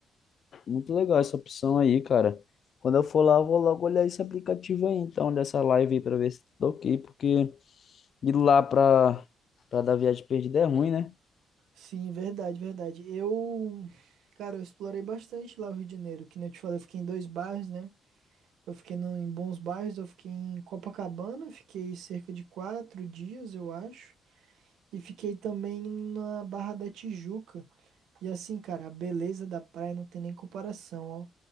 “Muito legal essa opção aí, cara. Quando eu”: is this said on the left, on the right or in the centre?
Left